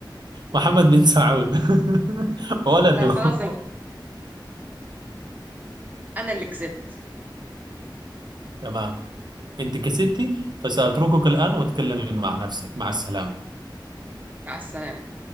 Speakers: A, on the right; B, on the right.
A: محمد بن سعود <laughs> ولده
B: لا خلاص أنا أنا اللي كسبت
A: تمام أنت كسبتي فسأتركك الآن وتكلمي مع نفسك مع السلامة
B: مع السلامة